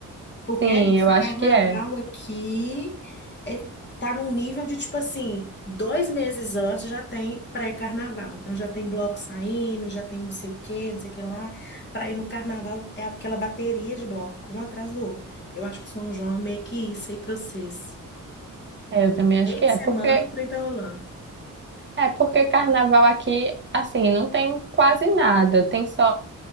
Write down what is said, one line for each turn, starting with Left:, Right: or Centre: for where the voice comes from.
Left: Porque
Right: Sim,
Left: esse
Right: eu acho
Left: carnaval
Right: que é.
Left: aqui é, tá num nível de tipo assim, dois meses antes já tem pré-carnaval. Então já tem bloco saindo, já tem não sei o quê, não sei o que lá. Para ir no carnaval é aquela bateria de bloco, um atrás do outro. Eu acho que São João é meio que isso aí pra vocês.
Right: É, eu também acho
Left: Meio
Right: que
Left: de
Right: é,
Left: semana,
Right: porque
Left: 30 rolando.
Right: é porque carnaval aqui, assim, não tem quase nada, tem só